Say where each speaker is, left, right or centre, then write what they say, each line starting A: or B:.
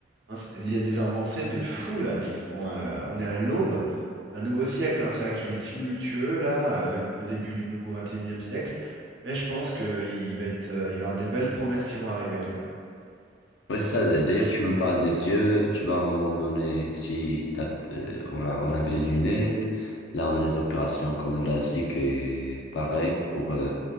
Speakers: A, on the right; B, on the left.
A: Hein, c'est- Il y a des avancées de fous là qui sont. euh, on est à l'aube d'un nouveau siècle. hein. C'est vrai qu'il est tumultueux là, euh, le, le début du nouveau 21e siècle. Mais je pense qu'il va être, euh, il va y avoir des belles promesses qui vont arriver là.
B: Ouais, c'est ça. D'ailleurs, tu me parles des yeux. Tu vas à un moment donné, si t'as, euh, on a, on avait les lunettes, là, on a les opérations comme la et pareil pour euh,